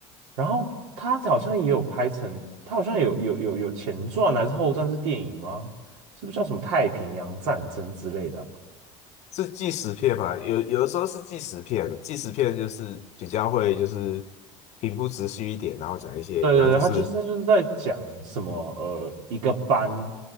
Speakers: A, on the right; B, on the left.
A: 然后他好像也有拍成，他好像有有有有前传还是后传是电影吗？是不是叫什么太平洋战争之类的啊
B: 是纪实片嘛？有有的时候是纪实片，纪实片就是比较会就是平铺直叙一点，然后讲一些，
A: 对对对，
B: 然后就是
A: 他就是他就是在讲什么呃，一个班